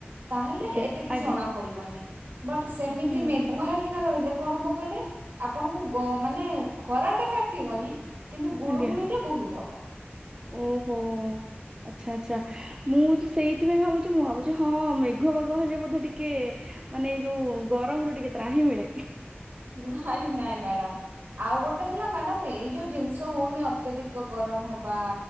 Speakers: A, on the right; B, on the right.
A: ତାହେଲେ
B: ଆଜ୍ଞା
A: ଏତେ କିଛି
B: ଆଜ୍ଞା
A: ଜଣା ପଡିବନି। ବଟ୍ ସେମିତି
B: ହୁଁ
A: ମେଘୁଆ ହେଇକିନା ରହି। ହେଲେ କଣ ହବ କହିଲେ ଆପଣଙ୍କୁ ମାନେ ଗ ଖରାଟା କାଟିବନି। କିନ୍ତୁ ଗୁଳୁ
B: ଆଜ୍ଞା
A: ଗୁଳି। ବା।
B: ଓହୋ ଆଚ୍ଛା ଆଚ୍ଛା ମୁଁ ସେଇଥିପାଇଁ ଭାବୁଛି, ମୁଁ ଭାବୁଛି ହଁ ମେଘ ପାଗ ହେଲେ ବୋଧେ ଟିକେ ମାନେ ଏଇ ଯୋଉ ଗରମରୁ ଟିକେ ତ୍ରାହି ମିଳେ।
A: ନାଇଁ ନାଇଁ ମ୍ୟାଡମ୍ ଆଉ ଗୋଟେ ହେଲା ମ୍ୟାଡମ୍ ଏଇ ଯୋଉ ଜିନିଷ ହଉନି ଅତ୍ୟଧିକ ଗରମ ହେବା।